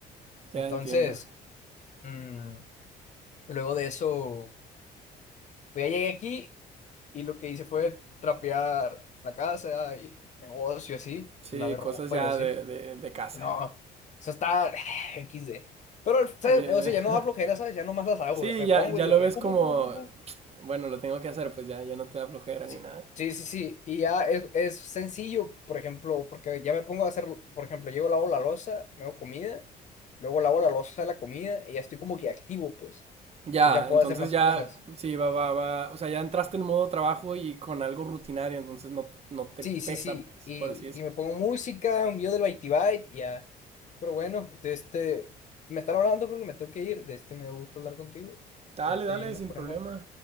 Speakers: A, on the right; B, on the left.
A: Ya
B: Entonces,
A: entiendo.
B: mm, luego de eso, pues ya llegué aquí. Y lo que hice fue trapear la casa y negocio así,
A: Sí,
B: lavé
A: cosas
B: ropa
A: ya
B: y así.
A: de, de, de casa.
B: No, eso está <sighs> XD. Pero, ¿sabes?
A: A mí, eh,
B: O sea, ya
A: <laughs>
B: no da flojera, ¿sabes? Ya nomás las hago,
A: sí,
B: me
A: ya,
B: pongo
A: ya
B: y de
A: lo
B: que,
A: ves
B: pum,
A: como,
B: pum, pum, pum, pum, pum.
A: bueno, lo tengo que hacer, pues ya, ya no te da flojera
B: Sí,
A: ni nada.
B: sí, sí, sí. Y ya es, es sencillo, por ejemplo, porque ya me pongo a hacer, por ejemplo, llego, lavo la loza, me hago comida, luego lavo la loza de la comida y ya estoy como que activo, pues.
A: Ya,
B: Entonces ya puedo
A: entonces
B: hacer más
A: ya,
B: cosas.
A: sí, va, va, va. O sea, ya entraste en modo trabajo y con algo rutinario, entonces no, no te
B: Sí,
A: pesa,
B: sí, sí.
A: pues,
B: Y,
A: por así decirlo.
B: y me pongo música, un video del Bitey Byte, y ya. Pero bueno, de este, me están hablando porque me tengo que ir. De este me gusta hablar contigo.
A: Dale,
B: De este
A: dale,
B: y nos
A: sin
B: ponemos,
A: problema.